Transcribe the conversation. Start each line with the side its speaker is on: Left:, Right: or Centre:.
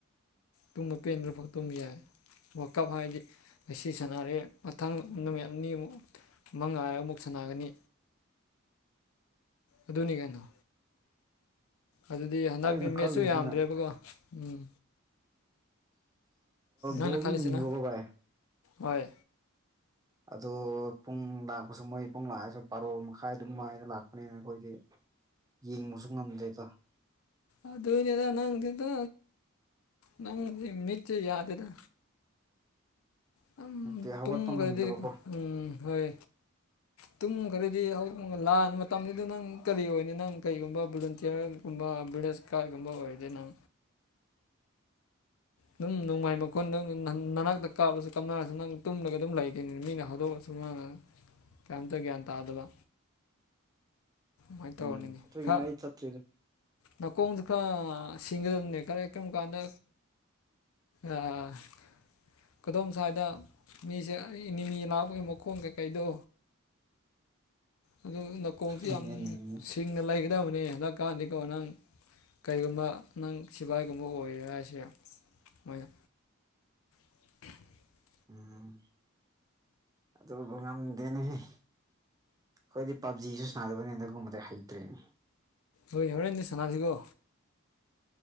Left: ꯇꯨꯝꯕ ꯄꯦꯟꯗ꯭ꯔꯐꯥꯎ ꯇꯨꯝ ꯌꯥꯏ ꯋꯥ ꯀꯞ ꯍꯥꯏꯗꯤ ꯉꯁꯤ ꯁꯥꯟꯅꯔꯦ ꯃꯊꯪ ꯅꯨꯃꯤꯠ ꯑꯅꯤꯃꯨꯛ ꯃ ꯉꯥꯏꯔꯒ ꯑꯃꯨꯛ ꯁꯥꯟꯅꯒꯅꯤ ꯑꯗꯨꯅꯤ ꯀꯩꯅꯣ ꯑꯗꯨꯗꯤ ꯍꯟꯗꯛꯇꯤ
Right: ꯑꯩꯅ ꯈꯜꯂꯤꯁꯤꯅ
Left: ꯃꯦꯠꯁꯨ ꯌꯥꯝꯗ꯭ꯔꯦꯕꯀꯣ ꯎꯝ ꯅꯪꯅ
Right: ꯕꯣꯜꯗꯤ
Left: ꯈꯜꯂꯤꯁꯤꯅ
Right: ꯌꯦꯡꯅꯤꯡꯕꯀꯣ ꯚꯥꯏ
Left: ꯍꯣꯏ
Right: ꯑꯗꯣ ꯄꯨꯡ ꯂꯥꯛꯄꯁꯨ ꯃꯣꯏ ꯄꯨꯡ ꯂꯥꯛꯑꯁꯨ ꯄꯥꯔꯣ ꯃꯈꯥꯏ ꯑꯗꯨꯝꯥꯏꯅ ꯂꯥꯛꯄꯅꯤꯅ ꯑꯩꯈꯣꯏꯗꯤ ꯌꯦꯡꯕꯁꯨ ꯉꯝꯗꯦꯕ
Left: ꯑꯗꯨꯅꯤꯗ ꯅꯪꯁꯤꯗꯣ ꯅꯪꯁꯦ ꯃꯤꯠꯁꯦ ꯌꯥꯗꯦꯗ ꯗꯨꯝ
Right: ꯅꯠꯇꯦ ꯍꯧꯒꯠꯄ
Left: ꯇꯨꯝꯒ꯭ꯔꯗꯤ
Right: ꯉꯝꯗꯕꯀꯣ
Left: ꯎꯝ ꯍꯣꯏ ꯇꯨꯝ ꯈꯔꯗꯤ ꯍꯧ ꯂꯥꯟ ꯇꯝꯃꯤꯗꯨ ꯅꯪ ꯀꯔꯤ ꯑꯣꯏꯅꯤ ꯅꯪ ꯀꯩꯒꯨꯝꯕ ꯚꯣꯂꯟꯇꯤꯌꯔꯒꯨꯝꯕ ꯚꯤꯂꯦꯖ ꯒꯥꯔꯗꯀꯨꯝꯕ ꯑꯣꯏꯔꯗꯤ ꯅꯪ ꯑꯗꯨꯝ ꯅꯣꯡꯃꯥꯏ ꯃꯈꯣꯟꯗ ꯅꯅꯥꯛꯇ ꯀꯥꯞꯂꯁꯨ ꯀꯥꯞꯅꯔꯁꯨ ꯅꯪ ꯇꯨꯝꯂꯒ ꯑꯗꯨꯝ ꯂꯩꯇꯦꯅꯤꯅ ꯃꯤꯅ ꯍꯧꯗꯣꯛꯑꯁꯨ ꯃꯥꯅ ꯀꯔꯤꯝꯇ ꯒ꯭ꯌꯥꯟ ꯇꯥꯗꯕ ꯍꯣꯏ ꯇꯧꯔꯅꯤꯅꯦ
Right: ꯎꯝ ꯑꯗꯨꯒꯤꯅꯦ
Left: ꯈ
Right: ꯑꯩ ꯆꯠꯇ꯭ꯔꯤꯗꯣ
Left: ꯅꯥꯀꯣꯡꯗꯣ ꯈꯔ ꯁꯤꯡꯒꯗꯕꯅꯦ ꯀꯔꯤ ꯀꯔꯝ ꯀꯥꯟꯗ ꯑꯁ ꯀꯗꯣꯝ ꯁ꯭ꯋꯥꯏꯗ ꯃꯤꯁꯦ ꯑꯩ ꯏ ꯒꯤꯅꯥꯎꯄꯒꯤ ꯃꯈꯣꯟ ꯀꯩꯀꯩꯗꯣ ꯑꯗꯨ ꯅꯥꯀꯣꯡꯁꯤ
Right: ꯎꯝ
Left: ꯌꯥꯝ ꯁꯤꯡꯅ ꯂꯩꯒꯗꯕꯅꯦ ꯍꯟꯗꯛꯀꯥꯟꯗꯤꯀꯣ ꯅꯪ ꯀꯔꯤꯒꯨꯝꯕ ꯅꯪ ꯁꯤꯕꯥꯏꯒꯨꯝꯕ ꯑꯣꯏꯌꯦ ꯍꯥꯏꯁꯦ ꯃꯣꯏꯅ <unintelligible>
Right: ꯎꯝ ꯑꯗꯨꯕꯨ ꯉꯝꯗꯦꯅꯦ ꯑꯩꯈꯣꯏꯗꯤ ꯄꯥꯞꯖꯤꯁꯨ ꯁꯥꯟꯗꯕꯅꯤ ꯑꯗꯨꯒꯒꯨꯝꯕꯗꯤ ꯍꯩꯇ꯭ꯔꯦꯅꯤ
Left: ꯍꯣꯏ ꯌꯥꯎꯔꯦꯟꯗꯤ ꯁꯥꯟꯅꯥꯁꯤꯒꯣ